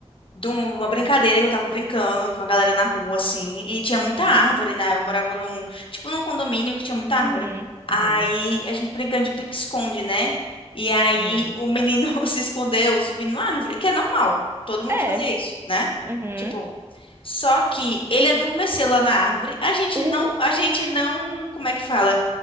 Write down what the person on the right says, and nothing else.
Hum,
uhum,
uhum,
uhum.
É.
Uhum.
Uh,